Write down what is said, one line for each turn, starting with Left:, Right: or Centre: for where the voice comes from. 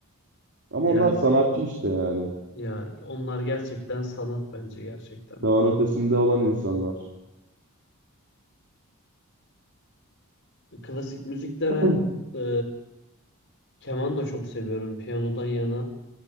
Right: Ama
Left: Yani
Right: onlar sanatçı
Left: o-
Right: işte yani.
Left: ya onlar gerçekten sanat bence gerçekten
Right: Çağın
Left: de.
Right: ötesinde olan insanlar.
Left: Klasik müzikte
Right: <clears throat>
Left: ben e, keman da çok seviyorum piyanodan yana.